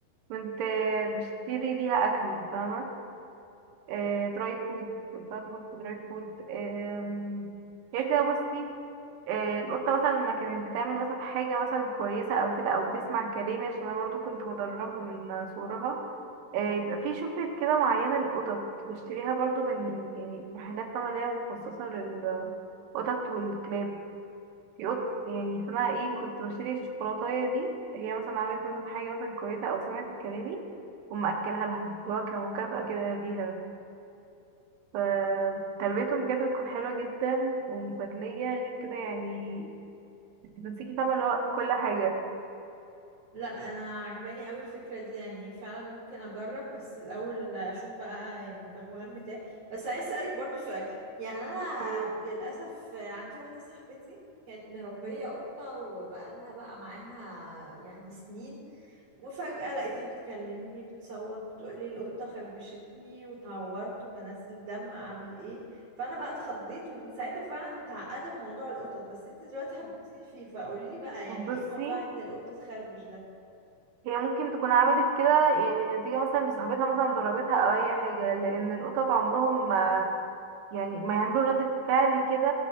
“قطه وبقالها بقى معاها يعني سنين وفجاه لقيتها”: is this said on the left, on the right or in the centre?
Right